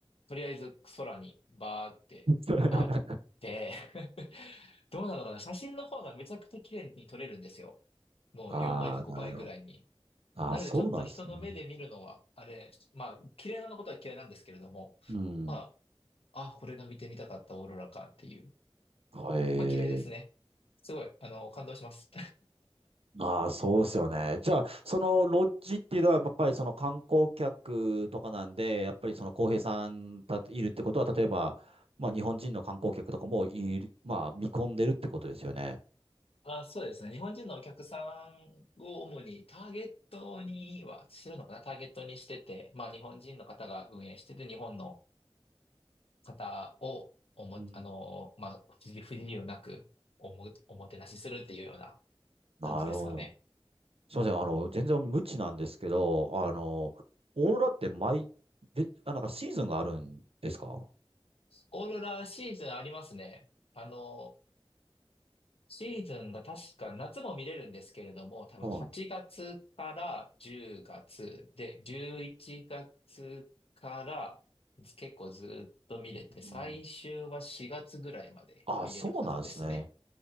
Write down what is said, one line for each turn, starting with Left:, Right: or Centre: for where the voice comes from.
Left: とりあえず空にバーってあって
Right: <laughs>
Left: <laughs> どうなのかな写真の方がめちゃくちゃ綺麗に撮れるんですよ。もう4倍か5倍ぐらいに
Right: ああー、なるほど。ああ、
Left: なので、
Right: そうなんですね。
Left: ちょっと人の目で見るのは、あれ、まあ、嫌いなことは嫌いなんですけれども、
Right: うん。
Left: まあ、あ、これが見てみたかったオーロラかっていう。
Right: へえ。
Left: まあ、綺麗ですね。すごい、あの、感動します。
Right: ああ、そうですよね。じゃあ、そのロッジっていうのは、やっぱりその観光客とかなんで、やっぱりその浩平さんたいるってことは、例えば、まあ日本人の観光客とかもいる、まあ見込んでるってことですよね。
Left: あ、そうですね。日本人のお客さんを主にターゲットには、知るのかなターゲットにしてて、まあ日本人の方が運営してて、日本の方をおも、
Right: うん。
Left: あの、まあ、不自不自由なくおも、おもてなしするっていうような
Right: なるほど。
Left: 感じですかね。
Right: すみません。あの、全然無知なんですけど、あの、オーロラって毎、で、あ、なんかシーズンがあるんですか
Left: オーロラシーズンありますね。あの、シーズンが確か夏も見れるんですけれども、多分8月から10月で、
Right: はい。
Left: 11月から結構ずっと見れて、
Right: うん。
Left: 最終は4月ぐらいまで見れるはずですね。
Right: あ、そうなんですね。